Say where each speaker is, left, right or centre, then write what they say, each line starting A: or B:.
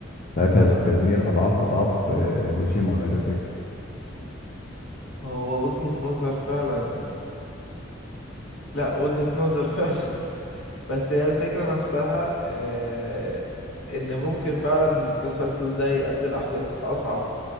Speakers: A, on the left; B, on the left.
A: ساعتها هيبقى التدمير اضعاف اضعاف آه، هيروشيما وناجازاكي
B: هو وجهة نظر فعلا يعني لا وجهة نظر فعلا <laughs> بس هي الفكرة نفسها آه، ان ممكن فعلا التسلسل ده يؤدي لأحداث اصعب